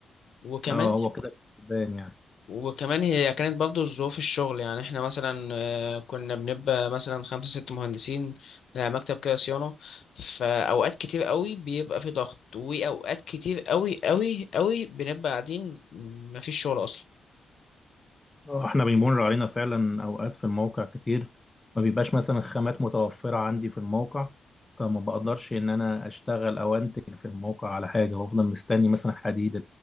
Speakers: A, on the left; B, on the left.
A: وكمان
B: اه هو كده كسبان يعني
A: وكمان هي كانت برضه ظروف الشغل يعني احنا مثلا آه، كنا بنبقى مثلا خمسة ست مهندسين آه، مكتب كده صيانة فأوقات كتير قوي بيبقى في ضغط وأوقات كتير قوي قوي قوي بنبقى قاعدين مفيش شغل أصلا
B: آه، احنا بيمر علينا فعلا اوقات في الموقع كتير ما بيبقاش مثلا الخامات متوفرة عندي في الموقع فما بقدرش ان انا اشتغل او انتج في الموقع على حاجة وافضل مستني مثلا حديد